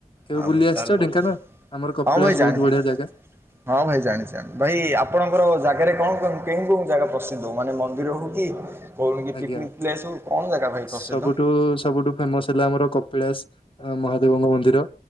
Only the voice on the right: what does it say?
ହଁ
ଭାଇ
ତାହେଲେ ବହୁତ
ବଢ଼ିଆ
ହଁ ଭାଇ ଜାଣିଲି।
ହଁ ଭାଇ ଜାଣିଛି ଜାଣିଛି ଭାଇ ଆପଣଙ୍କର ଜାଗାରେ କଣ କେଉଁ କେଉଁ ଜାଗା ପ୍ରସିଦ୍ଧ? ମାନେ ମନ୍ଦିର ହେଉ କି କହୁନି କି
ପିକ୍ନିକ୍ ପ୍ଲେସ୍ ହଉ କଣ ଜାଗା ଭାଇ ପ୍ରସିଦ୍ଧ?